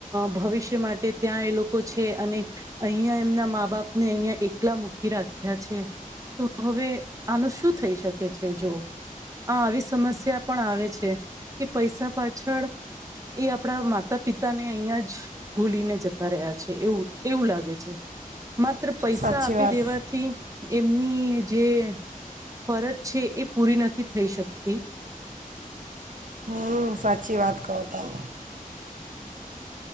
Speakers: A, on the right; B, on the right.
A: ભવિષ્ય માટે ત્યાં એ લોકો છે અને અહં એમના મા બાપને અહિયાં એકલા મૂકી રાખ્યા છે તો હવે આનું શું થઈ શકે છે જો આ આવી સમસ્યા પણ આવે છે કે પૈસા પાછળ એ આપણા માતા પિતાને અહિયાં જ ભૂલીને જતા રહ્યા છે એવું એવું લાગે છે માત્ર પૈસા
B: સાચી
A: આપી
B: વાત
A: દેવાથી એમની જે ફરજ છે એ પૂરી નથી થઈ શકતી
B: હમ સાચી વાત કહો તમ